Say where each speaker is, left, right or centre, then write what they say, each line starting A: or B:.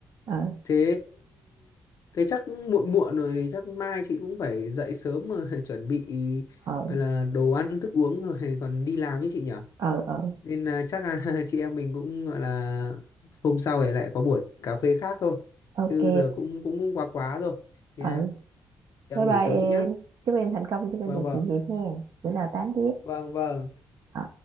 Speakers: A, on the right; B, on the left.
A: ờ
B: Thế thế chắc muộn muộn rồi thì chắc mai chị cũng phải dậy sớm mà <laughs> chuẩn bị
A: ờ
B: gọi là đồ ăn thức uống rồi còn đi làm chứ chị nhỉ?
A: ờ ờ ờ,
B: nên là chắc là <laughs> chị em mình cũng gọi là hôm sau thì lại có buổi cà phê khác thôi
A: ok
B: chứ giờ cũng cũng, cũng quá quá rồi thì,
A: ờ
B: à,
A: Bye
B: nghỉ
A: bye
B: sớm
A: em.
B: chị nhá
A: Chúc em thành công trên con
B: vâng
A: đường
B: vâng
A: sự nghiệp hen. Bữa nào tám tiếp.
B: vâng vâng
A: Ờ.